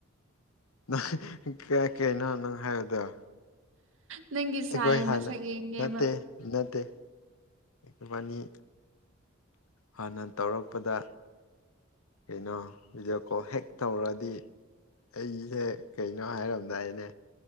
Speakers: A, on the left; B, on the right.
A: ꯅꯪ ꯀꯩ ꯀꯩꯅꯣ ꯅꯪ ꯍꯥꯏꯕꯗꯣ
B: ꯅꯪꯒꯤ
A: ꯑꯩꯈꯣꯏ
B: ꯁꯥꯏ ꯃꯁꯛ
A: ꯍꯥꯟꯅ
B: ꯌꯦꯡꯒꯦꯕ
A: ꯅꯠꯇꯦ ꯅꯠꯇꯦ ꯏꯕꯥꯅꯤ ꯍꯥꯟꯅ ꯇꯧꯔꯛꯄꯗ ꯀꯩꯅꯣ ꯚꯤꯗꯤꯑꯣ ꯀꯣꯜ ꯍꯦꯛ ꯇꯧꯔꯗꯤ ꯑꯩꯁꯦ ꯀꯩꯅꯣ ꯍꯥꯏꯔꯝꯗꯥꯏꯅꯦ